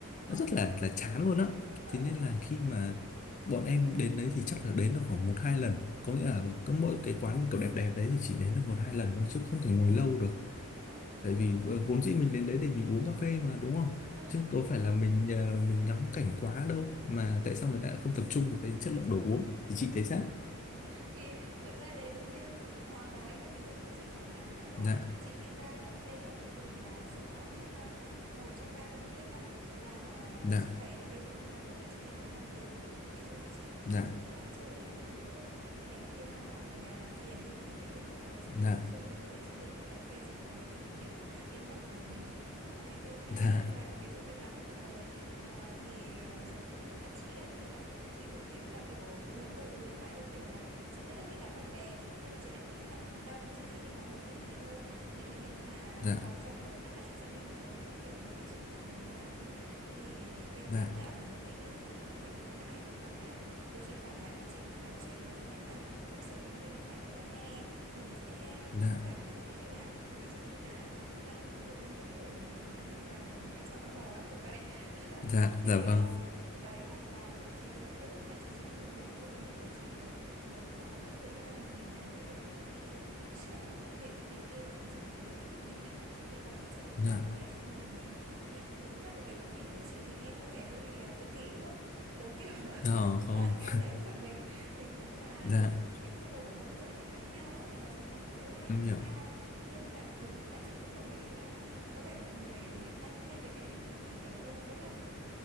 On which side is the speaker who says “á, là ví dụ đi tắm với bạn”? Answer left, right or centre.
Right